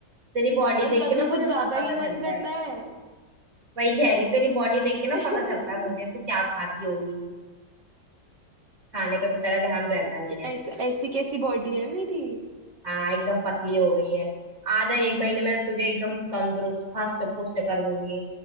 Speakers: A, on the right; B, on the right.
A: तेरी बॉडी
B: और
A: देख
B: कभी
A: के ना मुझे
B: कुछ ज्यादा
A: सब पता
B: ही
A: चलता
B: मन करता
A: है
B: है
A: वही गहरी तेरी बॉडी देख के ना
B: <laughs>
A: पता चलता है मुझे तू क्या खाती होगी खाने पे तो तेरा ध्यान रहता
B: कि
A: नहीं है
B: ऐसा ऐसी कैसी बॉडी है मेरी
A: हाँ एकदम पतली हो गई है आ जा एक महीने में तुझे एकदम तंदुरुस्त हष्ट पुष्ट कर दूंगी